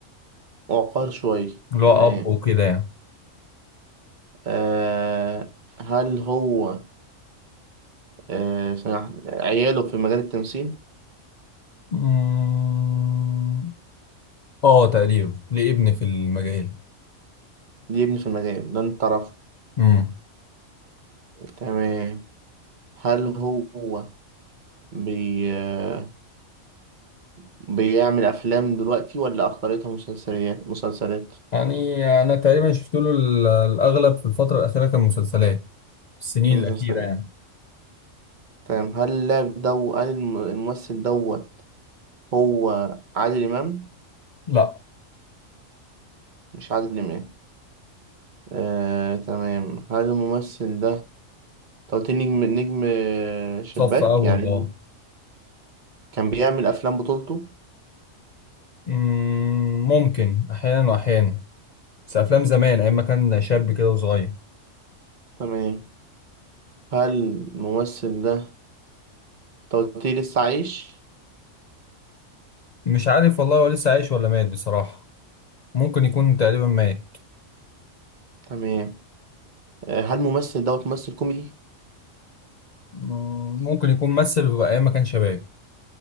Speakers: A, on the right; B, on the left.
A: وقار شوي
B: اللي
A: تمام
B: هو أب وكده يعني
A: آه هل هو آه سمح... عياله في مجال التمثيل؟
B: أمم، اه تقريبا ليه ابن في المجال
A: دي ابني في المجال ده انت رفض
B: امم
A: تمام هل هو بي... آه، بيعمل أفلام دلوقتي ولا أخطرتها مسلسلات مسلسلات
B: يعني أنا تقريبا شفت له ال- الأغلب في الفترة الأخيرة كان مسلسلات السنين
A: مسلسلات
B: الأخيرة يعني
A: تمام هل اللاعب دو هل الم- الممثل دوت هو عادل إمام
B: لا
A: مش عادل إمام آه، تمام هل الممثل ده أنت قلت لي نجم نجم آه، شباك
B: صف أول
A: يعني
B: اه
A: كان بيعمل أفلام بطولته
B: أمم، ممكن أحيانا وأحيانا بس أفلام زمان أيام ما كان شاب كده وصغير
A: تمام هل الممثل ده أنت قلت لي لسه عايش
B: مش عارف والله هو لسه عايش ولا مات بصراحة ممكن يكون تقريبا مات
A: تمام آه، هل الممثل دوت ممثل كوميدي
B: مم، ممكن يكون مثل في ايام ما كان شباب